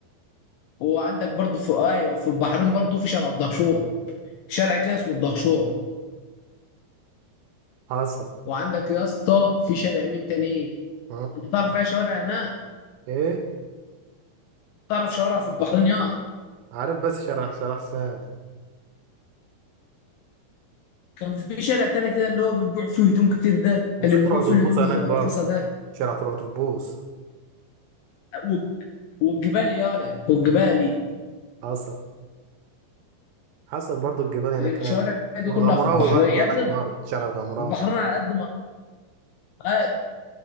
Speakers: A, on the left; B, on the right.
A: وعندك برضه في ايوه في البحرين برضه في شارع الدهشور شارع كده اسمه الدهشور
B: حصل
A: وعندك يا اسطى في شارع مين تاني
B: اه
A: انت تعرف ايه شوارع هناك
B: ايه
A: تعرف شوارع في البحرين يا
B: عارف بس شارع شارع سهل
A: كان في شارع تاني كده اللي هو بيبيع فيه هدوم كتير ده
B: وفي
A: اللي بيبيع
B: ترعة
A: فيه
B: البوص
A: الهدوم
B: هناك
A: رخيصة
B: برضه
A: ده
B: شارع ترعة البوص
A: والج- والجبال يالا والجبالي
B: حصل حصل برضه الجبال هناك
A: الشوارع
B: ايوه
A: دي
B: والغمراوي
A: كلها في البحرين
B: برضه
A: يا ابني
B: هناك برضه شارع الغمراء
A: البحرين على قد ما آه،